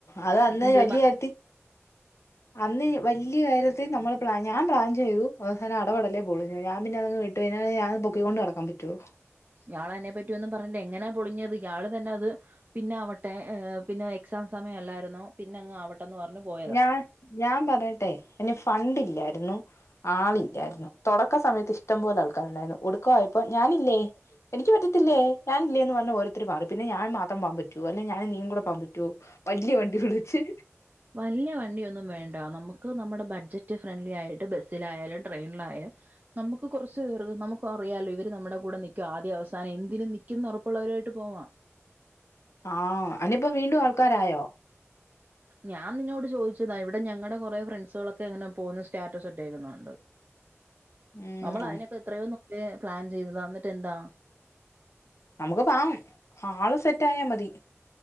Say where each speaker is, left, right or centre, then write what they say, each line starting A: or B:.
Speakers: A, on the left (about 70°); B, on the right (about 35°).
A: അത് അന്ന്
B: എന്ത്
A: വല്യ
B: മ
A: കാര്യത്തി അന്ന് വല്ലിയ കാര്യത്തി നമ്മള് പ്ലാൻ ഞാൻ പ്ലാൻ ചെയ്തു. അവസാനം അടപടല്ലേ പോളിഞ്ഞു ഞാൻ പിന്നെതങ്ങ് വി ട്ടു കയ്ഞാരെ ഞാൻ അത് പൊക്കി കൊണ്ട് നടക്കാൻ പറ്റോ
B: ഇയാളെന്നെ പറ്റിയൊന്നും പറഞ്ഞില്ല. എങ്ങനെയാ പൊളിഞ്ഞത് ഇയാള് തന്നെ അത് പിന്നാവട്ടെ ഏഹ് പിന്നെ എ ക്സാം സമയം അല്ലായിരുന്നോ പിന്നെ അങ്ങ് ആവെട്ടം ന്ന് പറഞ്ഞു പോ
A: ഞാ ഞാൻ പറയട്ടെ അയ്ന് ഫണ്ടില്ലായിരുന്നു. ആളില്ലായിരുന്നു. തൊടക്ക സമയത്ത് ഇഷ്ടം പോലെ ആൾക്കാരുണ്ടായിരുന്നു ഒടുക്ക ആയപ്പോ ഞാനില്ലേ. എനിക്ക് പറ്റത്തില്ലേ ഞാനില്ലേന്ന് പറഞ്ഞ് ഓരോത്തര് മാറി. പിന്നെ ഞാൻ മാത്രം പോവാൻ പ റ്റൊ അല്ലേ ഞാനും നീയും കൂടെ പോവാൻ പറ്റോ വല്ല്യ വണ്ടി വിളിച്ച്.
B: വല്ല്യ വണ്ടിയൊന്നും വേണ്ട നമുക്ക് നമ്മുടെ ബഡ്ജ റ്റ് ഫ്രണ്ട്ലിയായിട്ട് ബസിലായാലും ട്രെയിനിലായാലും നമുക്ക് കൊറച്ച് ർവ് നമു ഇപ്പ അറിയാലോ ഇവർ നമ്മുടെ കൂടെ നിക്കും ആദ്യ അവസാനും എന്തിനും നിക്കുംന്ന് ഉറപ്പുള്ളവരായിട്ട് പോവാം
A: ആഹ് അയ്നിപ്പോ വീണ്ടും ആൾക്കാരായോ
B: ഞാൻ നിന്നോട് ചോദിച്ചതാ ഇവിടെ ഞങ്ങളുടെ കൊറെ ഫ്രണ്ട്സാളൊക്കെ അങ്ങെനെ പോവുന്നു സ്റ്റാറ്റെസ് ഇട്ടേക്കുന്നു കണ്ടു
A: ഉം
B: നമ്മൾ അയ്നൊക്കെ എത്രയോ ന്നോ ല്ലെ പ്ലാൻ ചെയ്തതാ ന്നിട്ട് എന്താ?
A: നമ്മക്ക് പാങ്ങും ആള് സെറ്റായാ മതി.